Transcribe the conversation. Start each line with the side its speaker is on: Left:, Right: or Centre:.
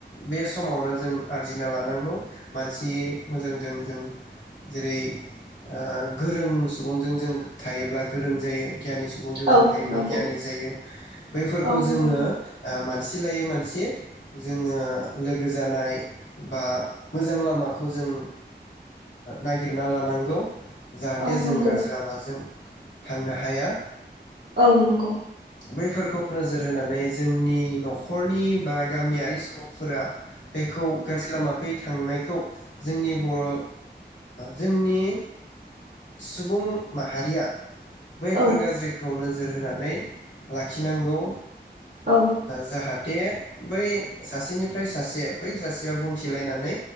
Left: बे समावनो जों आरजिना लानांगौ। मानसि मोजांजों जों जेरै ओ गोरों सुबुंजों जों थायोब्ला गोरों जायो। गियानि सुबुंजों
Right: औ
Left: जों थायोब्ला
Right: नंगौ
Left: गियानि जायो बैफोरखौ
Right: औ
Left: जोङो
Right: नंगौ
Left: आसिलायै मानसि जोङो लोगो जानाय बा मोजां लामाखौ जों नागिरना लानांगौ जाहाथे
Right: औ
Left: जों
Right: नंगौ
Left: गाज्रि लामाजों थांनो हाया
Right: औ नंगौ
Left: बैफोरखौ नोजोर होनानै जोंनि न'खरनि बा गामियारि सुबुंफोरा बेखौ गाज्रि लामाखै थांनायखौ जोंनि बर' ओ जोंनि सुबुं माहारिया बैफोर
Right: औ
Left: गाज्रिखौ नो नोजोर होनानै लाखिनांगौ
Right: औ
Left: जाहाथ दे बै सासेनिफ्राय सासे बै सासेया बुंथिलायनानै